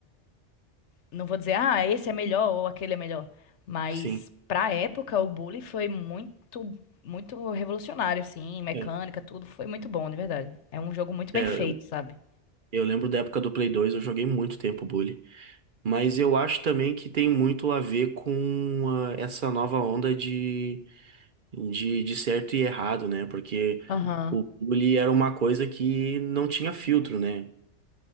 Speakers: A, on the left; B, on the right.
A: não vou dizer, ah, esse é melhor ou aquele é melhor. Mas
B: sim.
A: pra época, o Bully foi muito, muito revolucionário, assim, mecânica,
B: É,
A: tudo. Foi muito bom, de verdade. É um jogo muito bem
B: é,
A: feito, sabe?
B: Eu lembro da época do Play 2, eu joguei muito tempo Bully. Mas eu acho também que tem muito a ver com ah, essa nova onda de, de, de certo e errado, né? Porque
A: Aham.
B: o Bully era uma coisa que não tinha filtro, né?